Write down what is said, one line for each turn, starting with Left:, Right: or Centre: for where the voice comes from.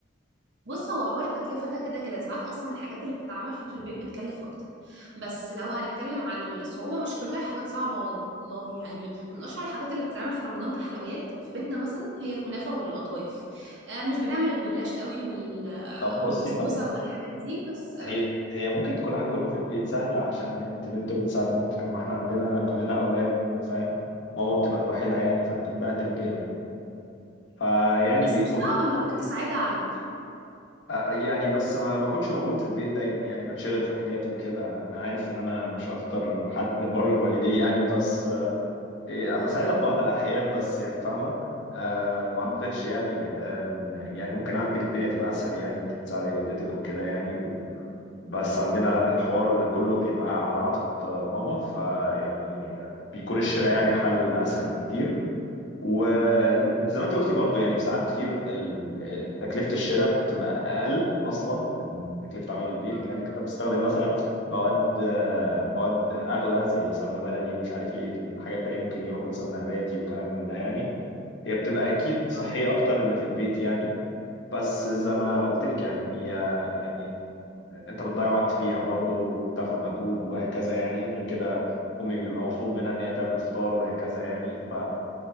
Right: بص هو حوار التكلفة ده كده كده ساعات أصلا الحاجات اللي بتتعمل في البيت بتكلف أكتر بس لو هنتكلم على الصعوبة مش كلها حاجات صعبة والله يعني من أشهر الحاجات اللي بتتعمل في رمضان كحلويات في بيتنا مثلا هي الكنافة والقطايف آه مش بنعمل الجلاش قوي وال... آه،
Left: طب بصي
Right: والبسبوسة
Left: طب
Right: والحاجات دي بس آه،
Left: هي هي ممكن تكون عندكم في البيت سهلة عشان انت بنت وبتساعدي مامتك اما احنا عندنا كلنا اولاد وفاهم ماما بتبقى الوحيدة يعني فبتتبهدل جامد فيعني
Right: بس
Left: بيكون
Right: مش صعبة أنت ممكن تساعدها على فكرة
Left: آه، يعني بس ما بكونش موجود في البيت دايما يعني بتشغل في حاجات وكده انا عارف ان انا مش اكتر حد بر بوالديه يعني بس آه، إيه،
Right: <laughs>
Left: بساعدها في بعض الاحيان بس يعني فاهمة أه ما اعتقدش
Right: م-
Left: يعني آه، إن- يعني ممكن عندك الدنيا تبقى اسهل يعني انت بتساعدي والدتك وكده يعني بس عندنا لا الحوار كله بيبقى على عاتق ماما فيعني بيكون الشراء يعني حل اسهل بكتير وانت
Right: م-
Left: زي ما انت قلتي برضو يعني في ساعات كتير ال- تكلفه الشراء بتبقى اقل اصلا من تكلفه عمل البيت
Right: م-
Left: لانك انت بتستخدم مثلا مواد مواد اغلى زي سمنه بلدي ومش عارف ايه الحاجات التانيه ممكن يروح لسمنه نباتي وكلام من ده يعني هي بتبقى اكيد صحيه
Right: اه
Left: اكتر اللي في البيت يعني بس زي ما قلت لك يعني هي يعني انت بتضيع وقت فيها برضو وبتاخد مجهود وهكذا يعني غير كده امي بيبقى مطلوب منها ان هي تعمل فطار وهكذا يعني ف